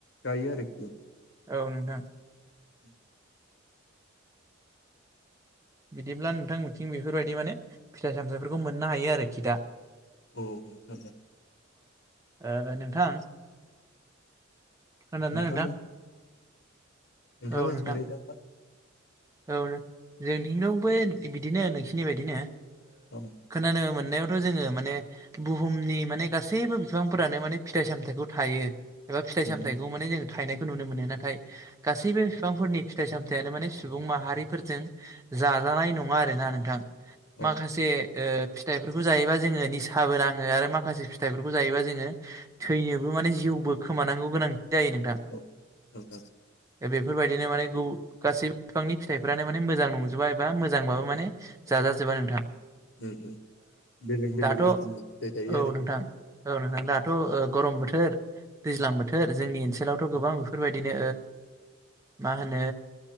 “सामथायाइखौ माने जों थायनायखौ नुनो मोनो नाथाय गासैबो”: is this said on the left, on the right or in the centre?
Right